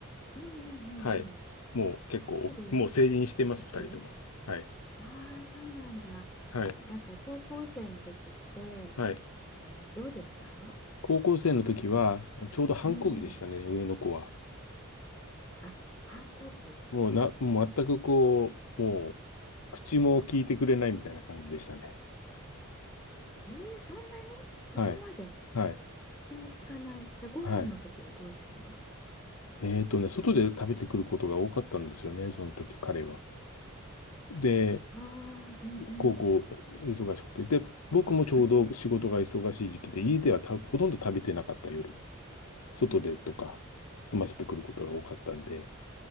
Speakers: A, on the left; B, on the left.
A: うんうんうんうん。
B: はい。もう結構、
A: やっぱり
B: もう成人しています、
A: 大きい
B: 二人とも。はい、
A: ああそうなんだ。
B: はい、
A: なんか高校生の時って、
B: はい。
A: あの、どうでした
B: 高校生の時は、
A: た、なんか、
B: ちょうど反抗期でしたね、
A: うん。
B: 上の子は。
A: あ、反抗期。
B: もうな、もう全くこう、
A: やっ
B: もう、口も聞いてくれないみたいな感じでしたね。
A: えー、そんなにそこまで
B: はい、はい、
A: 口も利かない。じゃあご飯の時はどうするの
B: はい。えーとね、外で食べてくることが多かったんですよね、その時彼は。で、
A: ああー、うんうん
B: 高校忙しくて。で、僕もちょうど仕事が忙しい時期で、
A: うん。
B: 家ではたほとんど食べてなかった夜は。外でとか、済ませてくることが多かったんで、
A: え